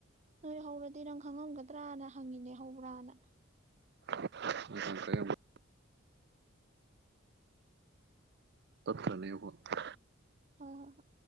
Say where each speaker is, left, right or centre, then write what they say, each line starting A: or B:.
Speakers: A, on the right (about 35°); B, on the right (about 60°).
A: ꯅꯣꯏ ꯍꯧꯔꯗꯤ ꯅꯪ ꯈꯪꯉꯝꯒꯗ꯭ꯔꯅ ꯍꯪꯉꯤꯅꯦ ꯍꯧꯕ꯭ꯔꯥꯅ
B: <unintelligible> ꯇꯠꯇ꯭ꯔꯅꯦꯍꯣ ꯇꯠ
A: ꯍꯣꯏ ꯍꯣꯏ ꯍ